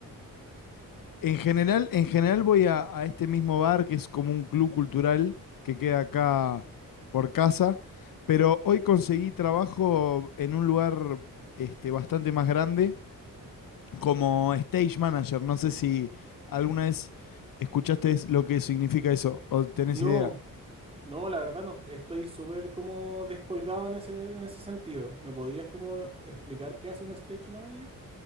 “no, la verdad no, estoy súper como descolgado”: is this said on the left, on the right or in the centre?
Right